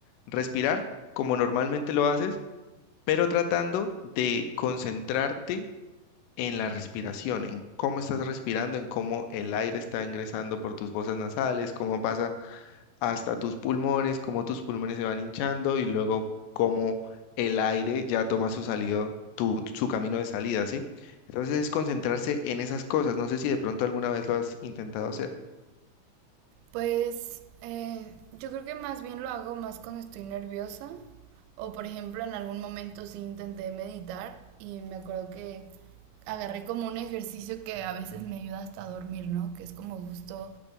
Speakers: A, on the left (about 80°); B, on the right (about 85°).
A: respirar como normalmente lo haces, pero tratando de concentrarte en la respiración, en cómo estás respirando, en cómo el aire está ingresando por tus fosas nasales, cómo pasa hasta tus pulmones, cómo tus pulmones se van hinchando y luego cómo el aire ya toma su salido, tu- su camino de salida, ¿sí? Entonces es concentrarse en esas cosas. No sé si de pronto alguna vez lo has intentado hacer.
B: Pues eh, yo creo que más bien lo hago más cuando estoy nerviosa o por ejemplo en algún momento sí intenté meditar y me acuerdo que agarré como un ejercicio que a veces me ayuda hasta a dormir, ¿no? Que es como justo